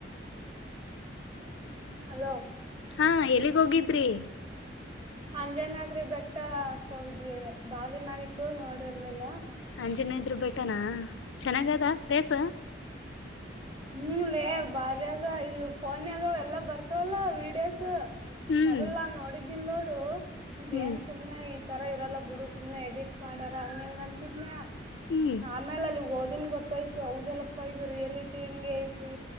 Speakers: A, on the right (about 25°); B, on the left (about 80°).
A: ಅಲೋ
B: ಹಾ ಎಲ್ಲಿಗ್ ಹೋಗಿ ದ್ರಿ.
A: ಅಂಜಾನಾದ್ರಿ ಬೆಟ್ಟ ಕ ಹೋಗಿದ್ವಿ ಬಾಳ ದಿನ ಆಗಿತ್ತು ನೋಡಿರ್ಲಿಲ್ಲಾ.
B: ಅಂಜನ ಇದ್ರು ಬೆಟ್ಟನಾ. ಚೆನ್ನಾಗದಾ ಪ್ಲೇಸ.
A: ಹ್ಮಲೇ ಬಾರಿ ಅದ ಈಗ ಫೋನ್ಯಾಗ ಎಲ್ಲಾ ಬರ್ತವಲ್ಲ ವೀಡಿಯೋಸ್.
B: ಹ್ಮ್
A: ಮೊದಲ್ ನಾನ್ ನೋಡಿ ಇಲ್ ನೋಡು ಇದ್
B: ಹ್ಮ್
A: ಏನ್ ಸುಮ್ನೆ. ತರ ಇರಲ್ಲ ಬಿಡು ಸುಮ್ನೆ ಎಡಿಟ್ ಮಾಡಾರ ಹಂಗ್ ಹಿಂಗ್ ಅಂತಿದ್ನ್ಯ.
B: ಹ್ಮ್
A: ಆಮೇಲೆ ಅಲ್ಲಿಗ್ ಹೋದ್ ನ್ ಗೊತ್ತಾಯ್ತು ಹೌದಲ್ಲಪ್ಪಾ ಇದು ರಿಯಲಿ ಟಿ ಇಂಗೆ ಐತಿ.